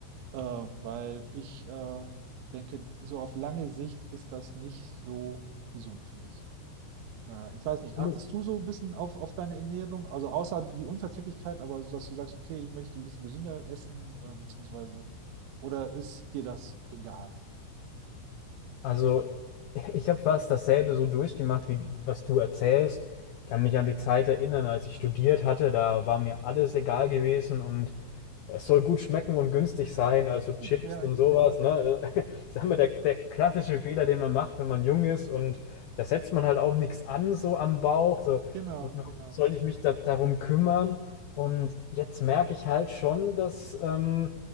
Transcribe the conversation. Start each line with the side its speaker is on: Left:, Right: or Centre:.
Right: äh, weil ich äh, denke, so auf lange Sicht ist das nicht so gesund für mich. Äh, ich weiß nicht,
Left: Absolut.
Right: achtest du so ein bisschen auf, auf deine Ernährung? Also außer die Unverträglichkeit, aber so, dass du sagst, okay, ich möchte ein bisschen gesünder essen, äh, beziehungsweise, oder ist dir das egal?
Left: Also, ich habe fast dasselbe so durchgemacht, wie was du erzählst. Ich kann mich an die Zeit erinnern, als ich studiert hatte, da war mir alles egal gewesen und es soll gut schmecken und günstig sein, also Chips
Right: Ja,
Left: und sowas,
Right: genau.
Left: ne? <laughs> Ich sag mal, der, der klassische Fehler, den man macht, wenn man jung ist und da setzt man halt auch nichts an, so am Bauch, so,
Right: Genau,
Left: warum
Right: genau.
Left: soll ich mich da, darum kümmern? Und jetzt merke ich halt schon, dass ähm,